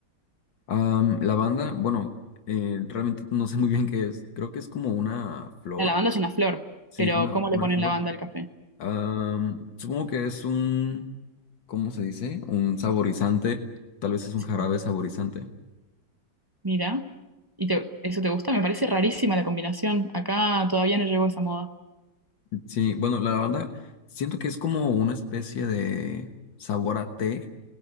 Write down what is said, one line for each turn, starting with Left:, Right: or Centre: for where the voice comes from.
Left: Am, lavanda, bueno, eh, realmente no sé muy bien qué es. Creo que es como una flor.
Right: La lavanda es una flor,
Left: Sí,
Right: pero
Left: una,
Right: ¿cómo
Left: una
Right: le ponen
Left: flor.
Right: lavanda al café?
Left: Am, supongo que es un, ¿cómo se dice? Un saborizante, tal vez es un
Right: Sí,
Left: jarabe saborizante.
Right: mira. ¿Y te- eso te gusta? Me parece rarísima la combinación. Acá todavía no llegó esa moda.
Left: Sí, bueno, la lavanda siento que es como una especie de sabor a té,